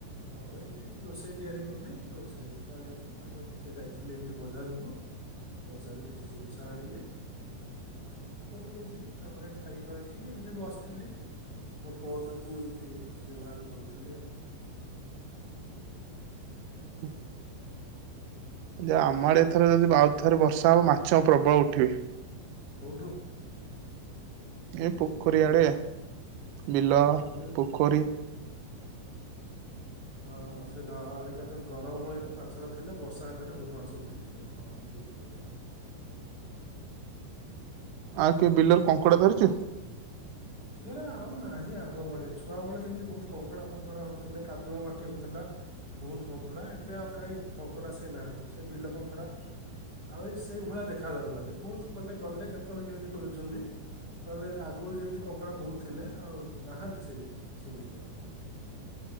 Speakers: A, on the right; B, on the right.
A: ତାପରେ ଏନ୍ତି ରୋଷେଇ ତିଆରି କଲି ରୋଷେଇ କରିବା ପାଇଁ ତାପରେ ଟିକେ ଯାଇଥିଲି ଏମିତି ବଜାରକୁ। ବଜାରରୁ କିଛି ଜିନିଷ ଆଣିଲି। ଆଉ ପୁଣି ଏମିତି ତାପରେ ଖାଇ ଖୁଆଇକି ଏମିତି ବସଥିଲି। ମୋ ଫୋନଟାକୁ ମୁଁ ଏମିତି ବ୍ୟବହାର କରୁଥିଲି ଆଉ।
B: ହୁଁ। ଯେ ଆମ ଆଡେ ଏଥର ଯଦି ବାଉଥରେ ବର୍ଷା ହବ ମାଛ ମୁଁ ପ୍ରବଳ ଉଠିଏ।
A: କଉଠୁ?
B: ଏ ପୋଖରୀ ଆଡେ, ବିଲ,
A: ପୋଖରୀ
B: ପୋଖରୀ।
A: ହଁ ସେ ନଳା ଆଳିକା ଯୋଉ ଗରମ ହୋଇ ମାଛଟା ଥିଲା, ବର୍ଷା ହେଲାଠୁ ବହୁତ ମାଛ ଉଠିଯିବେ, ହଁ ଠିକ୍ କହୀଛୁ।
B: ଆଉ କେ ବିଲରୁ କଙ୍କଡ଼ା ଧରିଚୁ?
A: ସେରା ଆଉ ନାହିଁ ଆଗ ଭଳିଆ, ଛୁଆବେଳେ ଯେମିତି ବହୁତ କଙ୍କଡ଼ା ଫଙ୍କଡ଼ା ହୋଉଥିଲେ, କାଦୁଅ ମାଟି ହଉଥିଲା ବହୁତ କଙ୍କଡା, ଏବେ ଆଉ କାଇଁ କଙ୍କଡା ସେ ନାହାନ୍ତି, ସେ ବିଲ କଙ୍କଡା ଆଉ ଏ ସେଇ ଭଳିଆ ଦେଖାଯାଉନାହାଁନ୍ତି, ବହୁତ ମାନେ ଗଲେ କେତେବେଳେ କେମିତି ମିଳୁଛନ୍ତି। ନହେଲେ ଆଗୁରୁ ଯେମିତି କଙ୍କଡା ବହୁତ ଥିଲେ, ଆଉ ନାହାନ୍ତି ସେଇ ସେମିତି ଆଉ।